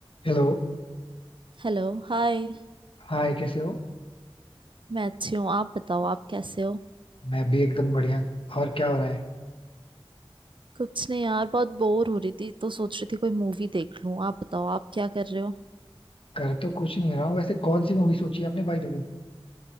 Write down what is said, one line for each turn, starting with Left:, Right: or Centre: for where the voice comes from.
Left: Hello
Right: Hello hi
Left: Hi कैसे हो
Right: मैं अच्छी हूँ आप बताओ आप कैसे हो
Left: मैं भी एकदम बढ़िया और क्या हो रहा है
Right: कुछ नहीं यार बहुत बोर हो रही थी तो सोच रही थी कोई मूवी देख लूँ आप बताओ आप क्या कर रहे हो
Left: कर तो कुछ नहीं रहा हूँ वैसे कौन सी मूवी सोची आपने भाई दादी